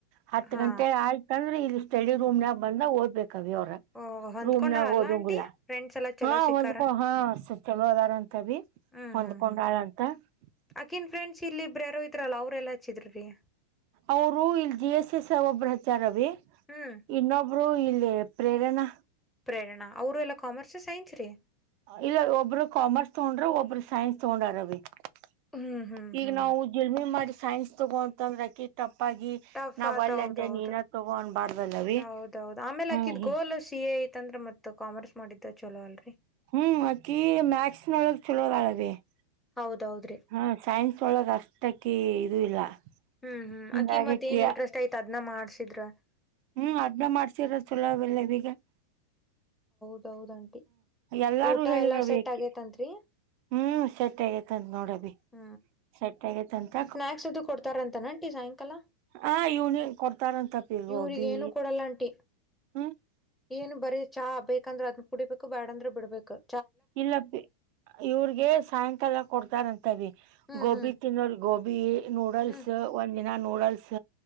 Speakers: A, on the right; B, in the centre.
A: ಹತ್
B: ಹಾ
A: ಗಂಟೆ ಆಯ್ತಂದ್ರೆ ಇಲ್ಲಿ ಸ್ಟಡಿ ರೂಮ್ನಾಗ ಬಂದ ಓದ್ಬೇಕ ಅವಿ ಅವರ.
B: ಓ ಹೊಂದ್ಕೊಂಡಾಳಲ್ಲ
A: ರೂಮ್ನಾಗ ಓದಂಗಿಲ.
B: ಆಂಟಿ ಫ್ರೆಂಡ್ಸ್ ಎಲ್ಲಾ ಚಲೋ
A: ಹಾ
B: ಸಿಕ್ಕಾರ
A: ಒಂದ್ಕ ಹಾ ಸ ಚೊಲ ಅದಾರ ಅಂತ ಅವಿ.
B: ಹ್ಮ್
A: ಹೊಂದ್ಕೊಂಡಾಳಂತ?
B: ಹ್ಮ್ ಹ್ಮ್
A: <unintelligible>
B: ಅಕಿನ್ ಫ್ರೆಂಡ್ಸ್ ಇಲ್ಲೇ ಇಬ್ಬರ ಯಾರೋ ಇದ್ರಲ್ಲ ಅವರ ಎಲ್ಲಾ ಹಚ್ಚಿದರ <unintelligible>
A: ಅವರು ಇಲ್ಲಿ ಜಿ ಎಸ್ ಎಸ್ ಒಬ್ರ ಹಚಾರ ಅವಿ
B: ಹ್ಮ್
A: ಇನ್ನೊಬ್ರು ಇಲ್ಲಿ <unintelligible> ಪ್ರೇರನಾ
B: ಪ್ರೇರಣಾ ಅವರು ಎಲ್ಲಾ ಕಾಮರ್ಸ್ ಸೈನ್ಸ್ ರೀ
A: ಇಲ್ಲ ಒಬ್ರು ಕಾಮರ್ಸ್ ತಗೊಂಡ್ರ ಒಬ್ಬರು ಸೈನ್ಸ್ ತಗೊಂಡರಾ ಅವಿ <unintelligible>
B: ಹ್ಮ್ ಹ್ಮ್
A: ಈಗ
B: ಹ್ಮ್
A: ನಾವು ಜಿಲ್ಮೆ ಮಾಡಿ ಸೈನ್ಸ್ ತಗೋಂತಂದ್ರ ಅಕಿಗ ಟಫ್ <unintelligible> ಟಫ್ ಆಗಿ
B: ಟಫ್
A: ನಾವ್
B: ಆತ್
A: ವಲ್ಲೇ
B: ಹೌದೌದು
A: ಅಂದೇ ನೀನ ತಗೋ ಅನಬಾರ್ದಲ್ಲ ಅವಿ
B: ಹೌದೌದು ಆಮೇಲೆ
A: ಹೂ
B: ಆಕಿದ್
A: <unintelligible>
B: ಗೋಲ್ ಸಿ ಎ ಐತಂದ್ರ ಮತ್ ಕಾಮರ್ಸ್ ಮಾಡಿದ್ದ ಚಲೋ ಅಲ್ರಿ
A: ಹೂ ಆಕೀ ಮ್ಯಾಕ್ಸ್ ನೋಳಗ ಚಲೋ ಅದಾಳ ಅವಿ <unintelligible>
B: ಹೌದೌದ್ರಿ
A: ಹೂ ಸೈನ್ಸ್ ವಳಗ ಅಷ್ಟ ಆಕಿ ಇದು ಇಲ್ಲ. <unintelligible>
B: ಹೂ ಹೂ
A: ಹಿಂಗಾಗಕಿ
B: ಅಕಿಗ ಮತ್ತ ಏನ್ ಇಂಟ್ರೆಸ್ಟ್ ಐತಿ ಅದನ ಮಾಡಸಿದರ <unintelligible>
A: ಹೂ ಅದನ್ನ ಮಾಡಸೀದರ ಚಲೋ ಅಲ್ಲ ಅವಿಗೆ <unintelligible>
B: ಹೌದ ಆಂಟಿ
A: ಎಲ್ಲಾರು
B: ಊಟ
A: ಹೇಳಿದ್ರವಿ
B: ಎಲ್ಲಾ ಸೆಟ್
A: ಅಕಿ
B: ಆಗೇತ ಅಂತ ರೀ <unintelligible>
A: ಹ್ಮ್ ಸೆಟ್ ಆಗೇತಂತ ನೋಡವಿ
B: ಹ
A: ಸೆಟ್ ಆಗೇತಂತ
B: ನಾಳೆ ಸೂಟಿ ಕೊಡ್ತಾರಂತ ಏನ್ ಆಂಟಿ ಸಾಯಂಕಾಲ.
A: ಹಾ ಇವನಿಗ್ ಕೊಡ್ತಾರಂತ ಅಪ್ಪಿ ಗೋಬಿ
B: ಇವ್ರಿಗ್ ಏನು ಕೊಡಲ್ಲ ಆಂಟಿ
A: ಹು <unintelligible>
B: ಏನ್ ಬರೇ ಚಾ ಬೇಕಂದ್ರ ಅದನ್ ಕುಡಿಬೇಕು ಬ್ಯಾಡ್ ಅಂದ್ರ ಬಿಡ್ಬೇಕ. <unintelligible>
A: ಇಲ್ಲ ಅಪ್ಪಿ ಇವ್ರಿಗೆ ಸಾಯಂಕಾಲ ಕೊಡ್ತಾರಂತ. ಅವಿ
B: ಹ್ಮ್
A: ಗೋಬಿ
B: ಹ್ಮ್
A: ತಿನ್ನೋರಿಗ್ ಗೋಬಿ, ನೂಡಲ್ಸ್
B: ಹ್ಮ್
A: ಒಂದ- <unintelligible> ದಿನಾ ನೂಡಲ್ಸ್